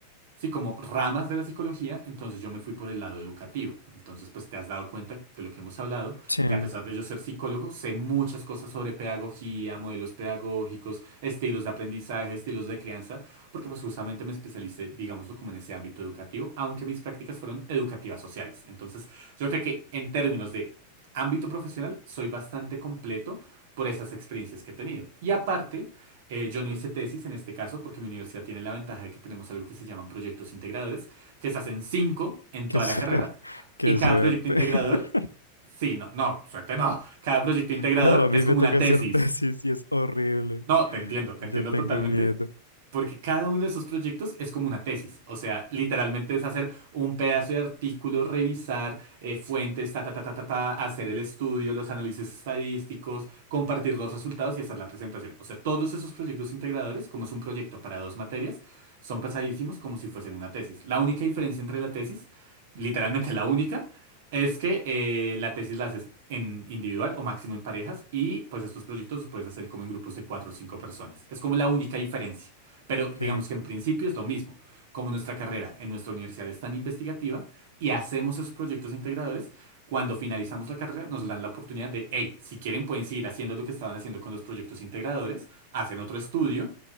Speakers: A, on the right; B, on the left.
A: Sí, como ramas de la psicología, entonces yo me fui por el lado educativo. Entonces, pues te has dado cuenta de lo que hemos hablado,
B: sí.
A: que a pesar de yo ser psicólogo, sé muchas cosas sobre pedagogía, modelos pedagógicos, estilos de aprendizaje, estilos de crianza, porque pues justamente me especialicé, digámoslo, como en ese ámbito educativo, aunque mis prácticas fueron educativas sociales. Entonces, yo creo que en términos de ámbito profesional, soy bastante completo por esas experiencias que he tenido. Y aparte, eh, yo no hice tesis en este caso porque mi universidad tiene la ventaja de que tenemos algo que se llaman proyectos integradores, que se hacen cinco en
B: Qué
A: toda
B: suerte,
A: la carrera
B: <laughs> qué
A: y cada
B: suerte.
A: proyecto integrador,
B: <laughs>
A: sí, no, no, suerte no, cada proyecto integrador
B: No, a mí
A: es
B: me
A: como
B: toca
A: una tesis.
B: hacer tesis y es horrible.
A: No, te entiendo,
B: Ya
A: te entiendo
B: tengo
A: totalmente,
B: miedo.
A: porque cada uno de esos proyectos es como una tesis, o sea, literalmente es hacer un pedazo de artículo, revisar eh, fuentes, ta, ta, ta, ta, ta, ta, hacer el estudio, los análisis estadísticos, compartir los resultados y hacer la presentación. O sea, todos esos proyectos integradores, como es un proyecto para dos materias, son pesadísimos como si fuesen una tesis. La única diferencia entre la tesis, literalmente la única, es que eh, la tesis la haces en individual o máximo en parejas y pues estos proyectos los puedes hacer como en grupos de cuatro o cinco personas. Es como la única diferencia. Pero
B: Ok,
A: digamos que en principio es lo mismo. Como nuestra carrera en nuestra universidad es tan investigativa y hacemos esos proyectos integradores, cuando finalizamos la carrera nos dan la oportunidad de, hey, si quieren pueden seguir haciendo lo que estaban haciendo con los proyectos integradores, hacen otro estudio